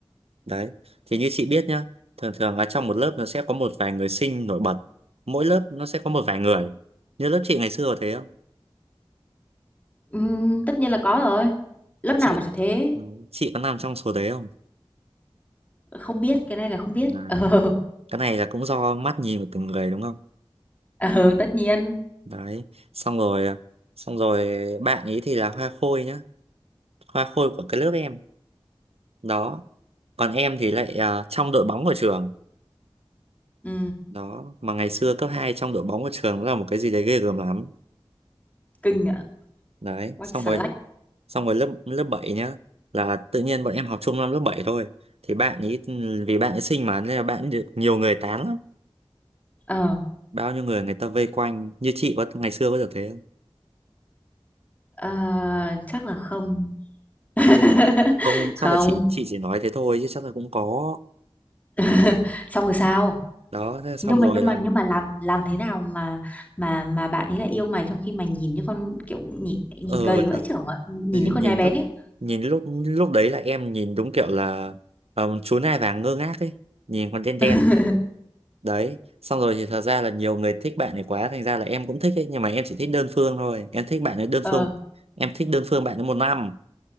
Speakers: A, on the right; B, on the left.
A: Đấy, thì như chị biết nhá, thường thường là trong một lớp nó sẽ có một vài người sinh nổi bật. Mỗi lớp nó sẽ có một vài người. Như lớp chị ngày xưa có thế không?
B: ừ, tất nhiên là có rồi lớp
A: Chị
B: nào mà chả thế
A: ừ, chị có nằm trong số đấy không?
B: không biết cái này là không biết
A: Đấy.
B: ờ
A: Cái này là cũng do mắt nhìn của từng người đúng không?
B: <laughs> ờ tất nhiên
A: Đấy, xong rồi xong rồi bạn ấy thì là hoa khôi nhá, hoa khôi của cái lớp em. Đó. Còn em thì lại à, trong đội bóng của trường.
B: ừ
A: Đó, mà ngày xưa cấp 2 trong đội bóng của trường là một cái gì đấy ghê gớm lắm.
B: kinh ạ
A: Đấy,
B: quách
A: xong
B: xà
A: rồi
B: lách
A: xong rồi lớp lớp 7 nhá là tự nhiên bọn em học chung năm lớp 7 thôi thì bạn ấy vì bạn ấy xinh mà nên là bạn ấy được nhiều người tán lắm
B: ờ
A: bao nhiêu người người ta vây quanh như chị có ngày xưa có được thế không
B: ờ, chắc là không <laughs>
A: à, không chắc
B: không
A: là chị chị chỉ nói thế thôi chứ chắc là cũng có
B: <laughs> xong rồi sao
A: đó thế xong
B: nhưng mà
A: rồi
B: nhưng
A: là
B: mà nhưng mà làm làm thế nào mà mà mà bạn ấy lại yêu mày trong khi mày nhìn như con kiểu nhìn nhìn
A: ờ
B: gầy vãi
A: thật-
B: chưởng ạ nhìn
A: nhìn
B: như con nhái bén
A: lúc
B: ấy
A: nhìn lúc lúc đấy là em nhìn đúng kiểu là ờ, chú nai vàng ngơ ngác ấy nhìn còn đen đen
B: <laughs>
A: đấy xong rồi thì thật ra là nhiều người thích bạn ấy quá thành ra là em cũng thích ấy nhưng mà em chỉ thích đơn phương thôi em thích bạn ấy đơn
B: ờ
A: phương em thích đơn phương bạn ấy một năm